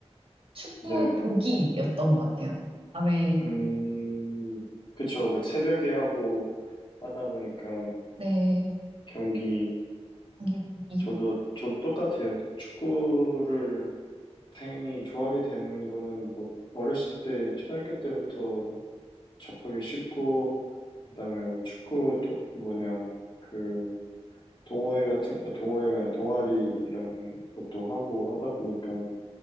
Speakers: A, on the right; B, on the left.
A: 축구
B: 네.
A: 보기였던 것 같아요. 밤에,
B: 음, 그쵸. 막 새벽에 하고 하다 보니까
A: 네,
B: 경기,
A: 경기 보기.
B: 저도, 저도 똑같아요. 축구를 당연히 좋아하게 된 거는 뭐, 어렸을 때, 초등학교 때부터 접하기 쉽고, 그다음에 뭐 축구, 도, 뭐냐, 그, 동호회 같은, 아, 동호회가 동아리 이런 것도 하고 하다 보니까